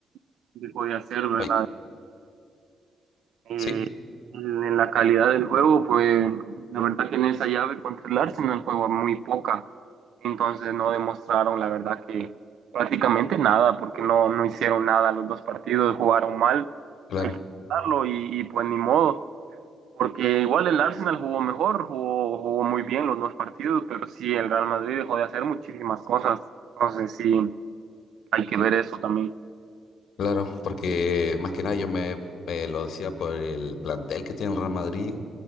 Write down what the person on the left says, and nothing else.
Ay,
sí,
claro,
claro, porque más que nada yo me, me lo decía por el plantel que tiene el Real Madrid.